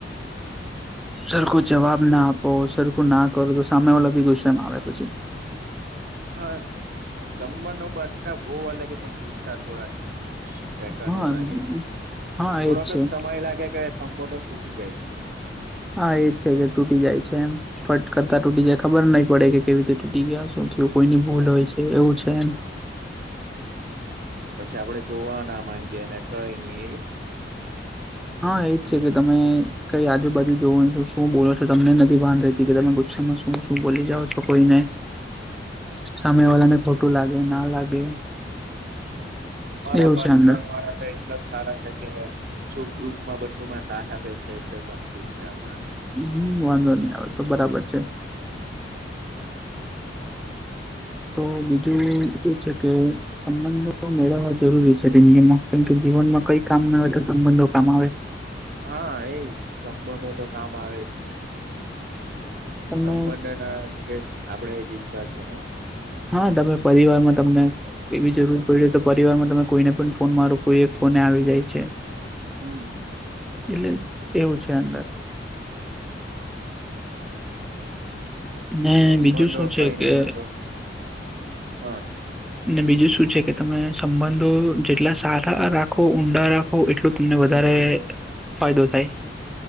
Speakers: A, on the right; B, in the centre.
A: <inaudible>
B: સરખો જવાબ ના આપો, સરખું ના કરો, તો સામે વાળો પણ ગુસામાં આવે. પછી
A: હા, એમ. સંબંધો બાંધતા બો વાર લાગે પણ તૂટતા થોડાક સેકન્ડો
B: હા
A: લાગે,
B: હા
A: થોડોક
B: એજ છે
A: જ સમય લાગે કે સંબંધો તૂટી જાય છે.
B: હા, એજ છે કે તૂટી જાય છે એમ. ફટ કરતા તૂટી જાય, ખબર નહી પડે કે કેવી રીતે તૂટી ગયા. શું થયું કોઈની ભૂલ
A: હમ
B: હોય એવું એમ.
A: પછી આપણે જોવા ના માંગીએે, ને કઈ નહી
B: હા, એજ છે કે તમે કઈ આજુબાજુ જોવનું શું બોલો છો? તમને નથી ભાન રહતી કે તમે ગુસ્સમાં શું શું બોલી જાઓ છો? કોઈ ને
A: <inaudible>
B: સામે વાળા ને ખોટું લાગે, ના લાગે.
A: બરાબર.
B: એવું છે
A: <unintelligible>
B: અંદર
A: એટલા સારા છે, કે સુખદુખમાં બધુંમાં સાથ આપે છે. એટલે ગમતું છે, આપ
B: હમ. વાંધો નહી આવે, તો બરાબર છે.
A: <unintelligible>
B: તો બીજું એ છે કે સંબંધો મેળવવા જરૂરી છે, તે કે જીવનમાં કઈ કામ ના આવે, તો સંબંધો કામ આવે.
A: હા, એજ. સંબંધો તો કામ આવે જ છે.
B: તમને
A: સંબંધોના લીધે જ આપણે જીવતા છે ને.
B: હા, તમે પરિવારમાં તમને એવી જરૂર પડી તો પરિવારમાં તમે કોઈને પણ ફોન મારો કોઈ એક ફોને આવી જાય છે.
A: હમ.
B: એટલે એવું છે અંદર. ને
A: સંબંધો
B: બીજું શું છે
A: કઈ
B: કે
A: નઈ હોય તો હા
B: ને બીજું શું છે કે તમે સંબંધો જેટલા સારા રાખો ઊંડા રાખો રાખો, એટલું તમને
A: હમ
B: વધારે ફાયદો થાય.